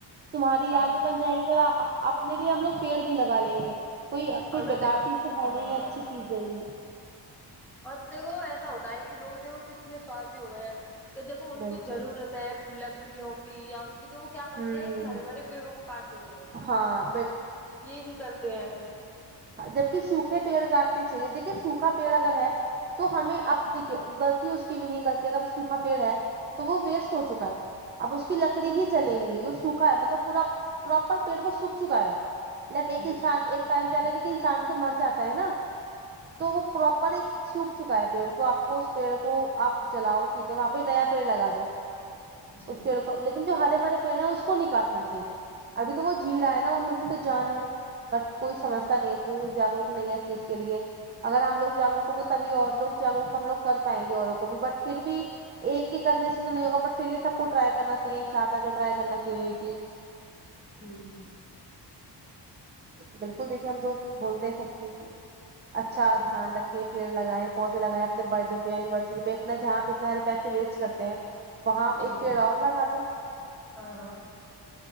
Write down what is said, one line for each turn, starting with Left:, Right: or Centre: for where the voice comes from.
Right: تمہاری
Centre: ہاں
Right: یادیں بن جائیں گی اور اپنے لیے ہم لوگ پیڑ بھی لگا لیں گے کوئی کوئی
Centre: ہاں تو
Right: بیکار چیز تو ہے
Centre: ہاں
Right: نہیں اچھی چیز ہے یہ
Centre: اور دیکھو ایسا ہوتا ہے کہ لوگ دیکھو کتنے سورتھی ہوئے ہیں کہ دیکھو ان کو
Right: بالکل
Centre: ضرورت ہے لکڑیوں کی یا ان کی تو وہ کیا کرتے
Right: ہوں
Centre: ہیں کہ ہرے بھرے پیڑوں کو کاٹ دیتے ہیں
Right: ہاں
Centre: یہ بھی کرتے ہیں
Right: جبکے سوکھے پیڑ کاٹنے چاہیے دیکھیے سوکھا پیڑ
Centre: جی
Right: اگر ہے تو ہمیں اب دیکھئے غلطی اس کی بھی نہیں غلطی اگر وہ سوکھا پیڑ ہے تو وہ ویسٹ ہو چکا ہے اب اس کی لکڑی ہی جلیں گی وہ سوکھا ہے مطلب پورا پراپر پیڑ میں سوکھ چکا ہے لائک ایک
Centre: جی
Right: انسان ایک ٹائم پہ آ گر دیکھے انسان بھی تو مر جاتا ہے نا تو وہ پراپر ایک سوکھ چکا ہے پیڑ تو آپ کو اس پیڑ کو آپ جلاؤ ٹھیک ہے وہاں پہ نیا پیڑ لگا دو
Centre: جی
Right: اس پیڑ کو لیکن جو ہرے بھرے پیڑ ہیں اس کو نہیں کاٹنا چاہیے ابھی تو وہ جی رہا ہے نا ان بھی تو جان ہے بٹ کوئی
Centre: جی
Right: سمجھتا نہیں ہے جاگروک نہیں ہے چیز کے لیے
Centre: جی جی
Right: اگر ہم لوگ جاگروک ہوں تو تبھی اور لوگ جاگروک ہم لوگ کر پائیں گے اوروں کو بھی بٹ پھر بھی ایک کے کرنے سے تو نہیں ہوگا بٹ پھر بھی سب کو ٹرائی کرنا چاہیے ایک ساتھ آ کے ٹرائی کرنا چاہیے یہ چیز
Centre: جی جی
Right: بالکل دیکھیے ہم تو بولتے ہیں سب سے کہ اچھا دھیان رکھیں پیڑ لگائےیں پودے لگائےیں اپنے برتھڈے پہ ایننیورسری پہ اتنا جہاں پہ اتنا پیسے ویسٹ کرتے ہیں وہاں آپ
Centre: جی
Right: ایک پیڑ اور لگا دیں
Centre: ہاں ہاں